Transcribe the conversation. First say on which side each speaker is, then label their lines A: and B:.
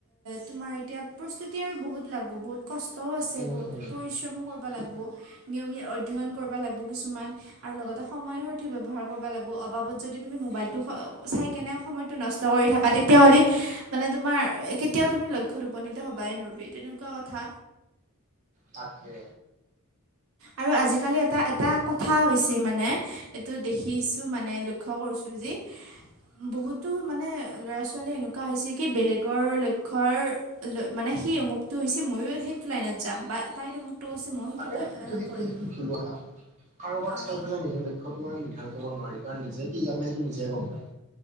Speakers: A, on the right; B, on the right.
A: তোমাৰ এতিয়া প্ৰস্তুতি আৰু বহুত লাগব বহুত কষ্টও আছে
B: উম
A: বহুত
B: উম
A: পৰিশ্ৰমো কৰিব
B: উম
A: লাগিব নিয়মিত অধ্যয়ন কৰিব লাগিব কিছুমান আৰু লগতে সময়ো সঠিক ব্যৱহাৰ কৰিব লাগিব অবাবত যদি তুমি মোবাইলটো চাই কেনে সময়টো নষ্ট কৰি থাকা তেতিয়াহ'লে মানে তোমাৰ কেতিয়াও তুমি লক্ষ্যত উপনীত হবাই নোৱাৰিবা তেনেকুৱা কথা
B: তাকে
A: আৰু আজিকালি এটা এটা কথা হৈছে মানে এইটো দেখিছোঁ মানে লক্ষ্য কৰিছোঁ যি <inaudible> বহুতো মানে ল'ৰা ছোৱালী এনেকুৱা হৈছে কি বেলেগৰ লক্ষ্য মানে সেই অমুকটো হৈছে ময়ো সেইটো লাইনত যাম বা তাইত অমুকটো কৰিছে মইয়ো
B: তাকে
A: সেইটো
B: সেইটো সেইটো
A: কৰিম
B: সেইটো ভুল কথা কাৰোবাক
A: অঁ
B: চাই পেলাই নিজলৈ লক্ষ্যটো নিৰ্ধাৰণ কৰিব নোৱাৰি কাৰণ নিজে কি জানে সেইটো নিজে গম পায়